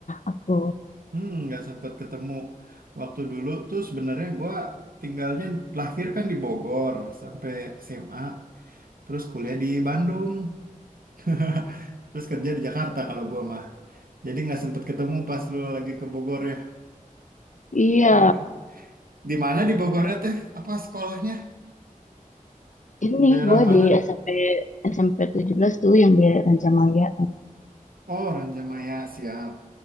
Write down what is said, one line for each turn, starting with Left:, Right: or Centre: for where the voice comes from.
Left: aku.
Right: Hmm, nggak sempat ketemu. Waktu dulu tuh sebenarnya gua tinggalnya lahir kan di Bogor sampai SMA, terus kuliah di Bandung, <laughs> terus kerja di Jakarta kalau gua mah. Jadi nggak sempat ketemu pas lu lagi ke Bogor ya.
Left: Iya,
Right: Amin. Di mana di Bogornya teh? Apa sekolahnya?
Left: ini
Right: Di daerah
Left: gue
Right: mana?
Left: di SMP SMP belas tuh yang di Rancamaya.
Right: Oh, Ranjamaya, siap.